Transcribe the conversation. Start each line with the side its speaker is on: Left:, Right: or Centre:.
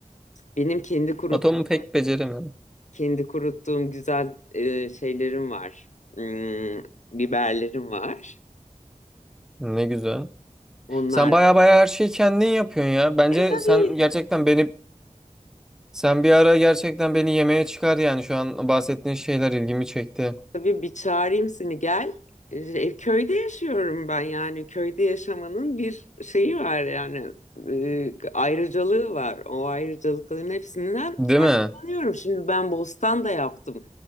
Left: benim kendi kuruttuğum
Centre: Atomu pek beceremiyorum.
Left: kendi kuruttuğum güzel e, şeylerim var Hmm, biberlerim var
Centre: Ne güzel.
Left: onlar
Centre: Sen baya baya her şeyi kendin yapıyorsun ya. Bence
Left: E, tabii.
Centre: sen gerçekten beni sen bir ara gerçekten beni yemeğe çıkar yani şu an bahsettiğin şeyler ilgimi çekti.
Left: Tabii bir çağırayım seni gel. E, köyde yaşıyorum ben yani köyde yaşamanın bir şeyi var yani e, ayrıcalığı var. O ayrıcalıkların hepsinden
Centre: Değil
Left: faydalanıyorum.
Centre: mi?
Left: Şimdi ben bostan da yaptım.